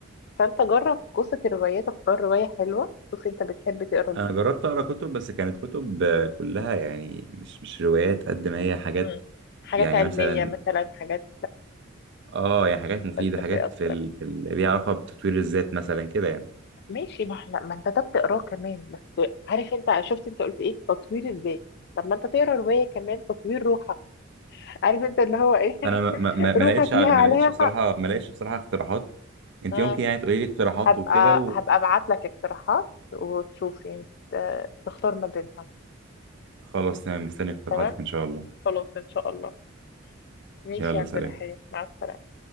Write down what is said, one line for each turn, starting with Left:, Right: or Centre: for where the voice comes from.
Left: فانت جرب قصه الروايات اختار روايه حلوه شوف انت بتحب تقرا
Right: انا جربت اقرا كتب بس كانت كتب آه، كلها يعني مش مش روايات قد ما هي حاجات
Left: مم. حاجات
Right: يعني
Left: علميه
Right: مثلا
Left: مثلا حاجات
Right: اه يعني حاجات مفيده
Left: فلسفيه
Right: حاجات
Left: اكتر
Right: في ال... في ال... ليها علاقه بتطوير الذات مثلا كده يعني
Left: ماشي ما احنا ما انت ده بتقراه كمان بس عارف انت شفت انت قلت ايه تطوير الذات طب ما انت تقرا روايه كمان تطوير روحك <laughs> عارف انت اللي هو ايه
Right: انا ما ما
Left: <laughs>
Right: ما ما
Left: روحك
Right: لقيتش على-
Left: ليها
Right: ما
Left: عليها
Right: لقيتش بصراحه
Left: حق
Right: ما لقيتش بصراحه اقتراحات انت
Left: اه
Right: ممكن يعني تقولي لي اقتراحات
Left: هبقى
Right: وكده
Left: هبقى ابعت لك اقتراحات وتشوفي انت تختار ما بينها
Right: وخلاص تمام مستني اقتراحاتك
Left: تمام
Right: ان شاء الله
Left: خلاص ان شاء الله ماشي
Right: يلا
Left: يا عبد
Right: سلام
Left: الرحيم مع السلامه